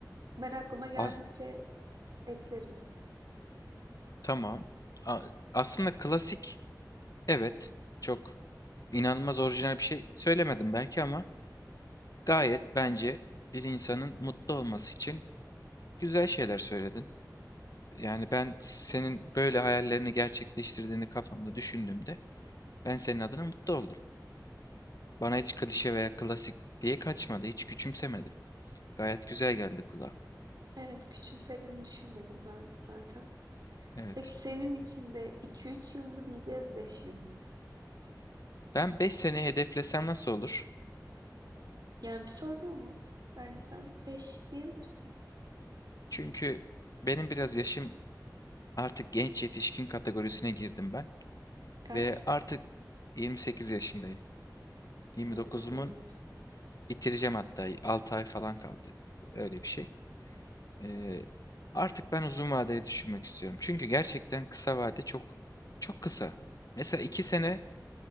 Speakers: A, on the right; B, on the left.
A: Ben aklıma geldikçe
B: Az
A: eklerim.
B: Tamam. A- Aslında klasik evet çok inanılmaz orijinal bir şey söylemedim belki ama gayet bence bir insanın mutlu olması için güzel şeyler söyledin. Yani ben senin böyle hayallerini gerçekleştirdiğini kafamda düşündüğümde ben senin adına mutlu oldum. Bana hiç klişe veya klasik diye kaçmadı, hiç küçümsemedim. Gayet güzel geldi kulağa.
A: Evet, küçümsediğini düşünmedim ben zaten.
B: Evet.
A: Peki senin için de 2-3 yıl mı diyeceğiz, beş yıl mı?
B: Ben 5 seneyi hedeflesem nasıl olur?
A: Yani bir sorun olmaz. Bence sen 5 diyebilirsin.
B: Çünkü benim biraz yaşım artık genç yetişkin kategorisine girdim ben.
A: Kaç?
B: Ve artık 28 yaşındayım. 29'umun
A: Evet anladım.
B: bitireceğim hatta 6 ay falan kaldı. Öyle bir şey. Ee, artık ben uzun vadeli düşünmek istiyorum. Çünkü gerçekten kısa vade çok çok kısa. Mesela 2 sene